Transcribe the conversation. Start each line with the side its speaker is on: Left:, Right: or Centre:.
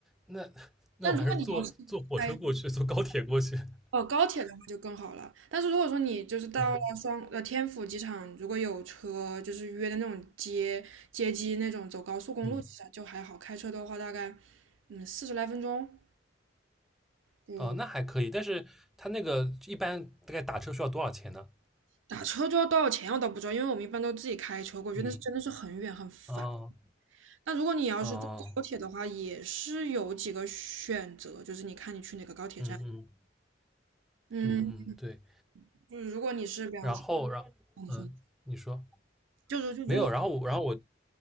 Centre: 那 <laughs> 那我还是坐坐火车过去，
Right: 但如果你要是开
Centre: 坐高铁过去。<laughs>
Right: 哦，高铁的话就更好了。但是如果说你就是到了双呃天府机场，
Centre: 嗯
Right: 如果有车，就是约的那种接接机那种，走高速公路其实就还好。
Centre: 嗯，
Right: 开车的话，大概嗯四十来分钟。就
Centre: 哦，那还可以，但是它那个一般大概打车需要多少钱呢？
Right: 打车就要多少钱我倒不知道，因为我们一般都自己开车过去，
Centre: 嗯，
Right: 那是真的是很远很烦。
Centre: 哦，
Right: 那如果你要是坐高铁的话，
Centre: 哦，
Right: 也是有几个选择，就是你看你去哪个高铁站。
Centre: 嗯嗯
Right: 嗯，
Centre: 嗯嗯，对，
Right: 就是如果你是比方说，
Centre: 然后然嗯，
Right: 你说
Centre: 你说
Right: 就是就如果
Centre: 没有，然后我，然后我，